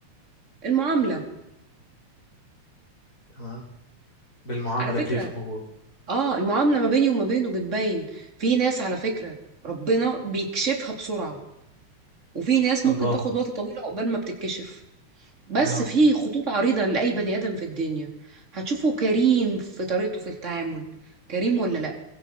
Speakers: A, on the right (about 20°); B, on the left (about 25°).
A: المعاملة
B: تمام بالمعاملة
A: على فكرة
B: كيف هو
A: اه المعاملة ما بيني وما بينه بتبين في ناس على فكرة ربنا بيكشفها بسرعة وفي ناس
B: الله
A: ممكن تاخد وقت طويل عقبال ما بتتكشف بس
B: نعم
A: في خطوط عريضة لأي بني آدم في الدنيا هتشوفه كريم في طريقته في التعامل كريم ولا لا